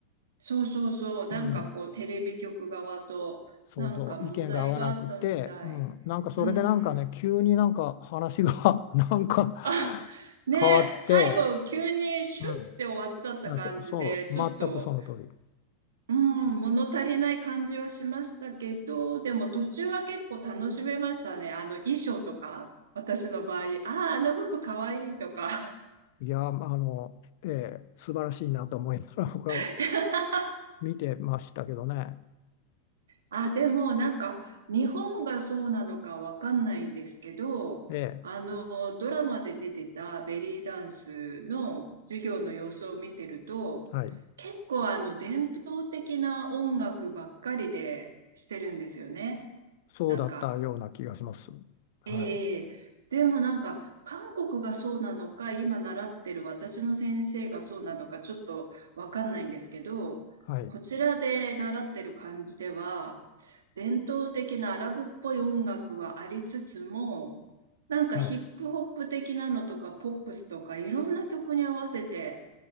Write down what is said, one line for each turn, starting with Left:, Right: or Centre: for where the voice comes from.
Right: そうそうそう、なんかこうテレビ局側となんか問題があったみたい。
Left: うん、想像、意見が合わなくて、うん、なんかそれでなんかね、
Right: うん。
Left: 急になんか話が
Right: <laughs>
Left: <laughs> なんか
Right: あ、ねえ、
Left: 変わって、
Right: 最後急にシュッて終わっちゃった感じで、
Left: うん、あ、そうそう、
Right: ちょっと、
Left: 全くその通り。
Right: うん、物足りない感じはしましたけど、でも途中は結構楽しめましたね。あの衣装とか、私の場合、ああ、あの服かわいいとか。
Left: いや、まああの、ええ、素晴らしいなと思いまが <laughs> 僕は
Right: <laughs>
Left: 見てましたけどね。
Right: あ、でもなんか日本がそうなのかわかんないんですけど、
Left: ええ、
Right: あのドラマで出てたベリーダンスの授業の様子を見てると、
Left: はい。
Right: 結構あの伝統的な音楽ばっかりでしてるんですよね。
Left: そうだったような気がします。
Right: なんか
Left: はい。
Right: ええ、でもなんか韓国がそうなのか、今習ってる私の先生がそうなのか、ちょっとわかんないんですけど、
Left: はい。
Right: こちらで習ってる感じでは、伝統的なアラブっぽい音楽はありつつも、なんかヒップホップ的なのとかポップスとかいろんな曲に合わせて
Left: はい。